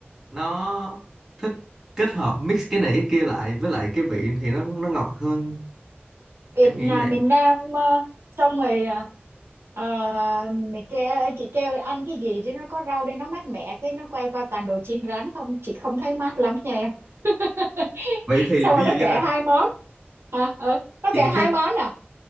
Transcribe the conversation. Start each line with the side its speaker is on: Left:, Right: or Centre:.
Centre: nó thích kết hợp mix cái này cái kia lại với lại cái vị thì nó nó ngọt hơn
Right: Việt
Centre: em
Right: là
Centre: nghĩ vậy
Right: miền Nam ờ, xong rồi ờ, ờ, mày kêu chị kêu ăn cái gì chứ nó có rau đây nó mát mẻ cái nó quay qua toàn đồ chiên rán không chị không thấy mát lắm nha em <laughs>
Centre: vậy thì
Right: xong
Centre: ví
Right: rồi nó
Centre: dụ như
Right: kể
Centre: là
Right: hai món à, ừ. nó
Centre: chị
Right: kể
Centre: thích
Right: hai món à